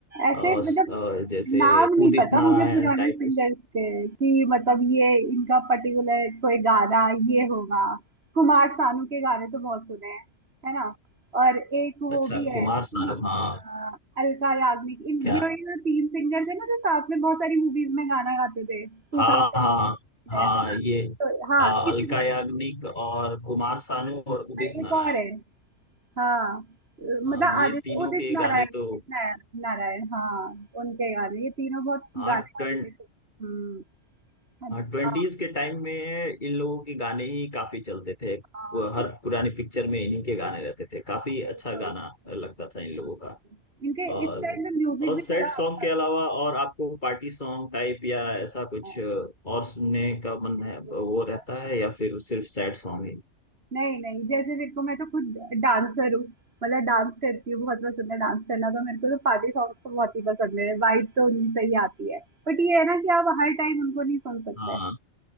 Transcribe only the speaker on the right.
ऐसे
मतलब
नाम नहीं
पता
मुझे पुराने
सिंगर्स
के कि मतलब ये इनका पर्टिकुलर कोई गाना ये होगा कुमार सानू के गाने तो बहुत सुने हैं है ना और एक वो
भी है
कुमा-
अ, अलका याग्निक इन
ये ये जो तीन सिंगर थे ना जो साथ में बहुत सारी मूवीज में गाना गाते थे टू
थाउजेंड
में है ना
तो हाँ
इतने
और एक
और है हाँ अ,
मतलब
आदित्य
उदित
नारायण
उदित
नारायण नारायण हाँ उनके गाने ये तीनों बहुत
गाने गा
रहे थे हम्म अच्छा
हाँ
हाँ, बिल्कुल
हाँ।
इनके
इस टाइम में म्यूजिक
भी
बड़ा
अच्छा
था।
हाँ,
बिल्कुल
हाँ,
नहीं नहीं जैसे मेरे को मैं तो खुद डांसर हूँ मतलब डांस करती हूँ बहुत पसंद है डांस करना तो मेरे को तो पार्टी सॉन्ग्स तो बहुत ही पसंद है वाइब तो उन्हीं से ही आती है बट ये है ना कि आप हर टाइम उनको नहीं सुन सकते